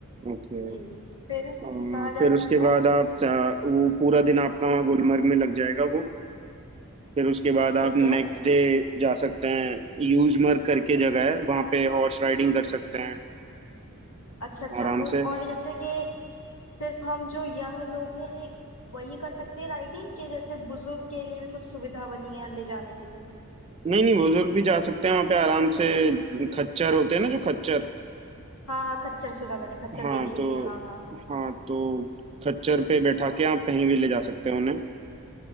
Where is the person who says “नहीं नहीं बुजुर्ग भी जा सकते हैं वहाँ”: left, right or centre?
Right